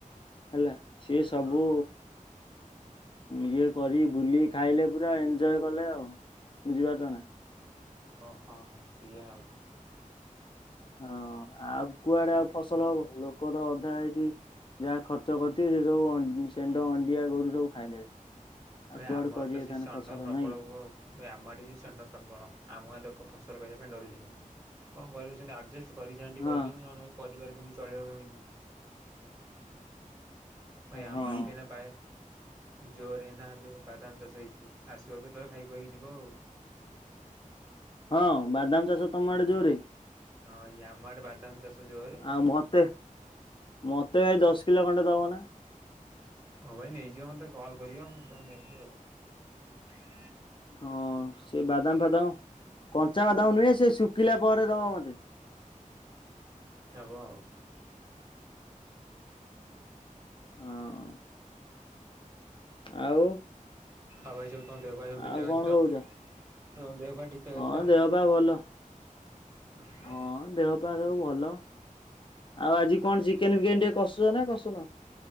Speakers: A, on the left; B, on the right.
A: ହେଲା। ସେ ସବୁ
B: ହଁ ହଁ
A: ଇଏ କରି ବୁଲି ଖାଇଲେ ପୁରା ଏନ୍ଜୟ କଲେ ଆଉ ବୁଝିପାରୁଛ ନା।
B: ଓ ହଁ ହଁ ସିଏ ଆଉ।
A: ହଁ ଆଉ କୁଆଡେ ଆଉ ଫସଲ ହବ ଲୋକ ତ ଅଧା ହେଇଠି ଯାହା ଖର୍ଚ୍ଚ କରିଥିବେ ସେ ସବୁ ଷେଣ୍ଢ ଅଣ୍ଡିଆ ଗୋରୁ ସବୁ ଖାଇଦେବେ। ଆଉ
B: ଭାଇ
A: କୁଆଡୁ
B: ଆମର
A: କରିବେ
B: ତ ସେ
A: ତାହେଲେ
B: ଷଣ୍ଢ
A: ଫସଲ
B: ପ୍ରବଳ
A: ନାଇଁ କି?
B: ହୁ ଆମ ଆଡ଼େ ସେ ଷଣ୍ଢ ପ୍ରବଳ ଆମ ଲୋକ ଫସଲ କରିବା ପାଇଁ ଡରୁଛନ୍ତି। କଣ କରିବୁ ସେମିତି ଆଡଜେଷ୍ଟ୍ ପଡ଼ିଶା ଆଣ୍ଟି
A: ହଁ
B: କରୁଛନ୍ତି ନହେଲେ ପରିବାର କେମିତି ଚଳିବ କେମିତି? ଭାଇ ଆମ
A: ହଁ
B: ଆଡ଼େ କି ନା ବାଏ ଜୋରେ ଏନା ଯୋଉ ବାଦାମ ଚାଷ ହେଇଚି ଆସିବ କେତେବେଳେ ଖାଇ ଖୁଆକି ଯିବ ଆଉ।
A: ହଁ ବାଦାମ ଚାଷ ତମ ଆଡେ ଜୋରେ?
B: ହଁ ଏଇ ଆମ ଆଡେ ବାଦାମ ଚାଷ ଜୋରେ
A: ଆଉ ମତେ ମତେ ଭାଇ ଦଶ ଲେ ଖଣ୍ଡେ ଦବ ନା?
B: ହଉ ଭାଇ ନେଇଯିବ ମତେ କଲ କରିବ ମୁଁ ତମକୁ ଦେବି ଆଉ।
A: ହଁ ସେ ବାଦାମ ଫାଦାମ କଞ୍ଚା ବାଦାମ ନୁହେଁ ସେ ଶୁଖିଲା ପରେ ଦବ ମତେ।
B: ହଉ।
A: ହଁ। ଆଉ
B: ଆଉ ଭାଇ ସବୁ ତମ ଦେହ ପା ସବୁ
A: ଆଉ
B: ଠିକ ଠାକ
A: କଣ
B: ଅଛି ତ?
A: କହୁଛ?
B: ତମ ଦେହ ପା ଠିକ୍ ଠାକ୍
A: ହଁ
B: ଅଛି ତ?
A: ଦେହ ପା ଭଲ
B: ଉଁ ହୁଁ।
A: ହଁ ଦେହ ପା ସବୁ ଭଲ ଆଉ ଆଜି କଣ ଚି ଚିକେନ ଫିକେନ ଟିକେ କସୁଚ ନା କସୁନ?